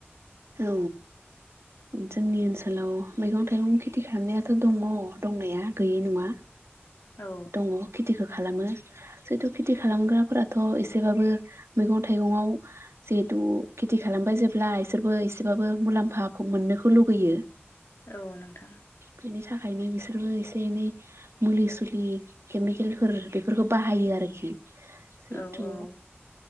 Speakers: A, on the right (about 80°); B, on the left (about 70°).
A: औ जोंनि ओनसोलाव मैगं थाइगं खेथि खालामनायाथ' दङ दंनाया गैयै नङा
B: औ
A: दङ खेथिखौ खालामो जेहेथु खेथि खालामग्राफोराथ' एसेबाबो मैगं थाइगङाव जिहेतु खेथि खालाम ओमफफ्राय जेब्ला इसोरबो एसेबाबो मुलाम्फाखौ मोननोखौ लुगैयो
B: औ नोंथां
A: बिनि थाखायनो बिसोरबो एसे एनै मुलि सुलि बि केमिकेलफोर बेफोरखौ बाहायो आरोखि जिहेथु
B: औ औ